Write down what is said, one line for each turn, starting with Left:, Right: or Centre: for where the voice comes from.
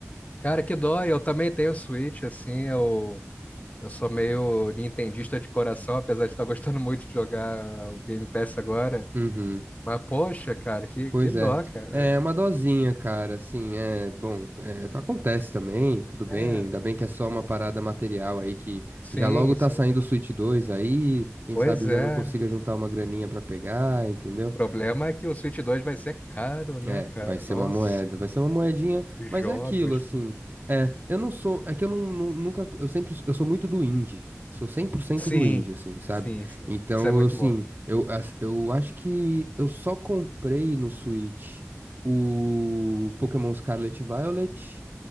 Left: cara, que dó. Eu também tenho Switch, assim, eu, eu sou meio nintendista de coração, apesar de estar gostando muito de jogar o Game Pass agora.
Right: Uhum.
Left: Mas, poxa, cara, que,
Right: Pois
Left: que dó,
Right: é.
Left: cara.
Right: É uma dosinha, cara. Assim, é bom. é, acontece também, tudo bem.
Left: É,
Right: Ainda bem que é só uma parada material aí que
Left: sim,
Right: já logo tá
Left: sim.
Right: saindo o Switch 2 aí. Quem
Left: Pois
Right: sabe já
Left: é.
Right: não consiga juntar uma graninha pra pegar, entendeu?
Left: O problema é que o Switch dois vai ser caro, né,
Right: É,
Left: cara?
Right: vai ser
Left: Nossa,
Right: uma moeda, vai ser uma moedinha,
Left: os
Right: mas
Left: jogos.
Right: é aquilo, assim. É, eu não sou, é que eu não, não- nunca, eu sempre, eu sou muito do indie, sou cem por cento
Left: Sim,
Right: do indie, assim, sabe?
Left: sim, sim.
Right: Então,
Left: Isso é muito
Right: eu, assim,
Left: bom.
Right: eu, as- eu acho que eu só comprei no Switch o Pokémon Scarlet e Violet